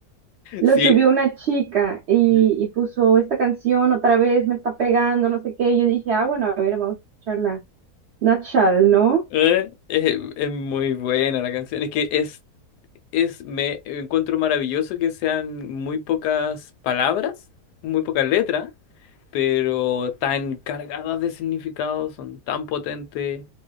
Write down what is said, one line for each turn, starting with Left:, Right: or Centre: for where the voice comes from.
Right: Lo
Left: Sí.
Right: subió una chica y,
Left: Es,
Right: y puso esta canción otra vez, me está pegando, no sé qué. Y yo dije, ah, bueno, a ver, vamos a escucharla. Natchal, ¿no?
Left: eh, es- es muy buena la canción. Es que es es, me encuentro maravilloso que sean muy pocas palabras, muy pocas letras, pero tan cargadas de significado, son tan potentes.